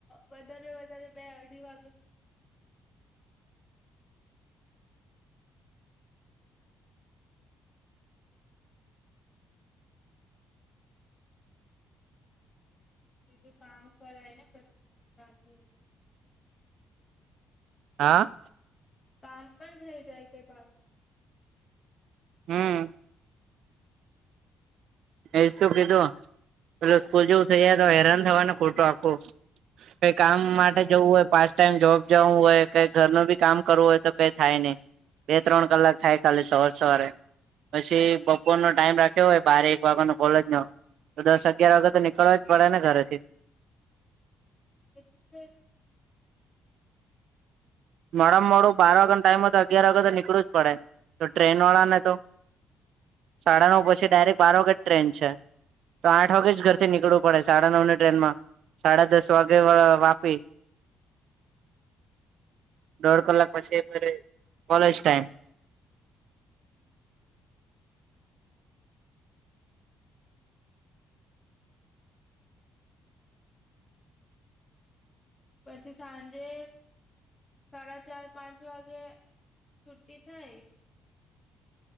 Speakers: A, on the left; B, on the right.
A: વધારે વધારે બે અઢી વાગે સુધી બીજું કામ કરાય ને પછી કઈ બાકી
B: હા
A: કામ પણ થઈ જાય જે બાકી હમ્મ છે
B: હમ્મ એજ તો કીધું પેલુ સ્કૂલ જેવું થઈયા તો હેરાન થવાનું ખોટો આખું કઈ કામ
A: હમ
B: માટે જવું હોઈ પાસ ટાઇમ જોબ જાઉં હોય કે ઘર નું બી કામ કરવું હોય તો કંઈ થાય નય બે ત્રણ કલાક થાય ખાલી સવાર સવારે પછી બપોરનો ટાઈમ રાખ્યો હોય બાર એક નો કોલેજ જાઉં તો દશ અગિયાર વાગે તો નિકળવાજ પડે ને ઘરે થી
A: તે જ
B: મોડામાં મોડું બાર વાગ્યે નો ટાઈમ હોય તો અગિયાર વાગે તો નીકળવું જ પડે જો ટ્રેન વાળા ને તો સાડા નવ પછી ડાયરેક્ટ બાર વાગ્યેજ ટ્રેન છે. તો આઠ વાગેજ ઘર થી નીકળવું પડે સાડા નવ ની ટ્રેન માં સાડા દસ વાગે વાપી દોઢ કલાક પછી કોલેજ ટાઈમ
A: હમ્મ પછી સાંજે. સાડા ચાર પાંચ વાગે છુ્ટી થાય.